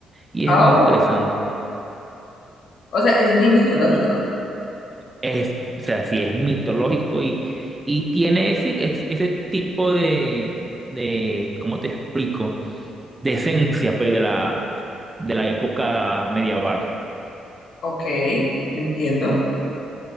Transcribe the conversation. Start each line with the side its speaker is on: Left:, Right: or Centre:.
Right: Y es
Left: Oh,
Right: muy interesante.
Left: o sea, es muy mitológica.
Right: Es, o sea, sí es mitológico y, y tiene ese, es- ese tipo de, de, ¿cómo te explico? De esencia, pues, de la, de la época medieval.
Left: Ok, entiendo.